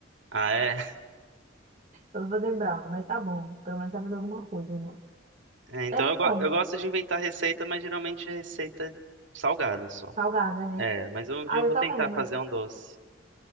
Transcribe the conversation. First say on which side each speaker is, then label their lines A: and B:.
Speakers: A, on the right; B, on the right.
A: Ah, é?
B: Eu vou fazer brownie, mas tá bom. Pelo menos sabe fazer alguma coisa, né?
A: É, então
B: É,
A: eu,
B: então,
A: go- eu gosto de inventar receita, mas geralmente é receita salgada só.
B: salgada, né?
A: É, mas um
B: Ah,
A: dia eu
B: eu
A: vou
B: também.
A: tentar
B: né?
A: fazer um doce.